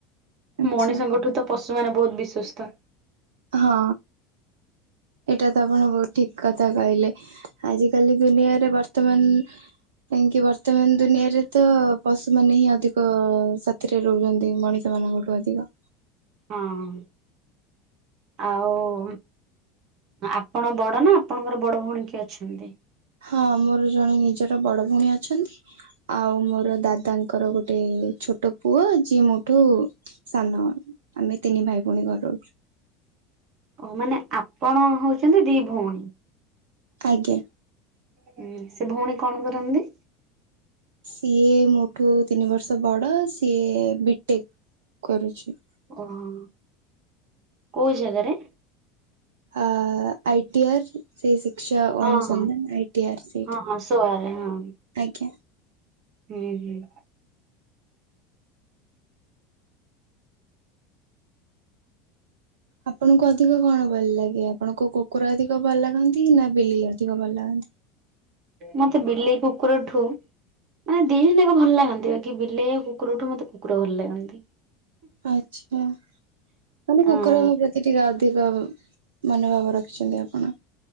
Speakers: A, on the right (about 65°); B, on the right (about 45°).
A: ଆଚ୍ଛା
B: ମଣିଷଙ୍କ ଠୁ ତ ପଶୁମାନେ ବହୁତ ବିଶ୍ଵସ୍ତ।
A: ହଁ ଏଇଟା ତ ଆପଣ ବହୁତ ଠିକ୍ କଥା କହିଲେ। ଆଜିିକାଲି ଦୁନିଆରେ ବର୍ତ୍ତମାନ କାହିଁକି ବର୍ତ୍ତମାନ ଦୁନିଆରେ ତ ପଶୁମାନେ ହିଁ ଅଧିକ ସା ଥିରେ ରୁହନ୍ତି ମଣିଷ ମାନଙ୍କଠୁ ଅଧିକ।
B: ହଁ ଆଉ ଆପଣ ବଡ଼ ନା ଆପଣଙ୍କର ବଡ଼ ଭଉଣୀ କିଏ ଅଛନ୍ତି?
A: ହଁ ମୋର ଜଣେ ନିଜର ବଡ଼ ଭଉଣୀ ଅଛନ୍ତି। ଆଉ ମୋର ଦାଦାଙ୍କର ଗୋଟେ ଛୋଟ ପୁଅ ଯିଏ ମୋଠୁ ସାନ ଆମେ ତିନି ଭାଇ ଭଉଣୀ ଘରେ ରହୁଚୁ।
B: ଓ ମାନେ ଆପଣ ହୋଉଛନ୍ତି ଦି ଭଉଣୀ?
A: ଆଜ୍ଞା।
B: ହୁଁ ସେ ଭଉଣୀ କଣ କରନ୍ତି?
A: ସିଏ ମୋ ଠୁ ତିନି ବର୍ଷ ବଡ଼ ସିଏ ବିଟେକ୍ କରୁଛି।
B: ଓହୋ କୋଉ ଜାଗାରେ?
A: ଆ ଆଇଟିଆର୍ ସେଇ ଶିକ୍ଷା
B: ହଁ
A: ଅନୁସନ୍ଧାନ
B: ହଁ
A: ଆଇଟିଆର୍
B: ହଁ ହଁ ସୋଆରେ ହଁ।
A: ଆଜ୍ଞା।
B: ହୁଁ ହୁଁ।
A: ଆପଣଙ୍କୁ ଅଧିକ କଣ ଭଲ ଲାଗେ ଆପଣଙ୍କୁ କୁକୁର ଅଧିକ ଭଲ ଲାଗ ନ୍ତି ନା ବିଲେଇ ଅଧିକ ଭଲ ଲାଗନ୍ତି?
B: ମତେ ବିଲେଇ କୁକୁର ଠୁ ମାନେ ଦି ଜଣ ଯାକ ଭଲ ଲାଗନ୍ତି ବା କି ବିଲେଇ କୁକୁରଠୁ ମତେ କୁକୁର ଭଲ ଲାଗନ୍ତି।
A: ଆଚ୍ଛା ମାନେ
B: ହଁ
A: କୁକୁର ସେ ଟିକେ ଅଧିକ ମନୋଭାବ ରଖିଛନ୍ତି ଆପଣ।